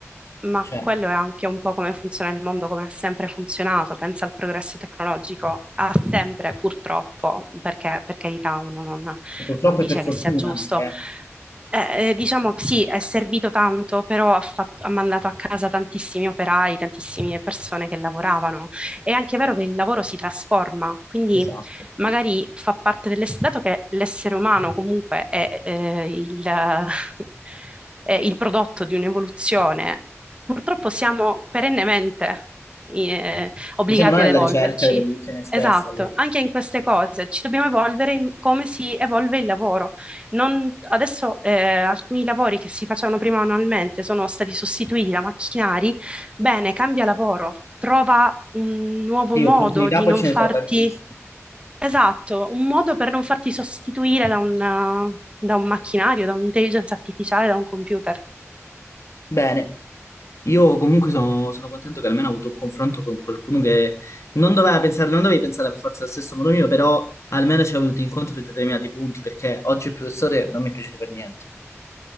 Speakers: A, on the right (about 20°); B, on the left (about 70°).
A: Ma
B: Cioè,
A: quello è anche un po' come funziona il mondo, come ha sempre funzionato. Pensa al progresso tecnologico, ha sempre, purtroppo, perché per carità uno non,
B: purtroppo
A: non dice
B: e per fortuna
A: che sia giusto.
B: anche,
A: Eh, eh, diciamo sì, è servito tanto, però ha, fatto- ha mandato a casa tantissimi operai, tantissime persone che lavoravano. È anche vero che il lavoro si trasforma, quindi
B: esatto.
A: magari fa parte dell'essere, dato che l'essere umano comunque è, eh, il, <laughs> è il prodotto di un'evoluzione, purtroppo siamo perennemente eh, obbligati
B: Ma siamo noi
A: ad
B: alla
A: evolverci.
B: ricerca dell'evoluzione stessa.
A: Esatto,
B: quindi-
A: anche in queste cose ci dobbiamo evolvere in come si evolve il lavoro. Non- adesso eh, alcuni lavori che si facevano prima manualmente sono stati sostituiti da macchinari. Bene, cambia lavoro, trova un nuovo
B: Sì,
A: modo
B: opportunità
A: di
B: poi
A: non
B: ce
A: farti
B: ne sono tantissime.
A: Esatto, un modo per non farti sostituire da un, eh, da un macchinario, da un'intelligenza artificiale, da un computer.
B: Bene, io comunque sono, sono contento che almeno ho avuto un confronto con qualcuno che non doveva pensare, non dovevi pensare per forza allo stesso modo mio, però almeno ci è venuto incontro su determinati punti, perché oggi il professore non mi è piaciuto per niente.